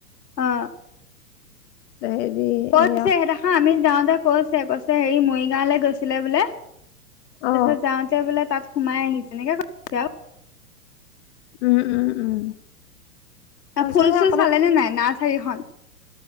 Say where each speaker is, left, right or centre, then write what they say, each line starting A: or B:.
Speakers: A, on the left; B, on the left.
A: অ।
B: হেৰি
A: কৈছে
B: এয়া
A: সেই দেখা আমি যাওঁতে কৈছে কৈছে হেৰি মৰিগাঁৱলৈ গৈছিলে বোলে। তাৰপিছত
B: অ
A: যাওঁতে বোলে তাত সোমাই আহিছে এনেকে <unintelligible> আৰু।
B: উম উম উম।
A: <unintelligible>
B: তাৰপিছত
A: ফুল
B: সেই
A: চুল চালে নে নাই নাৰ্চাৰীখন।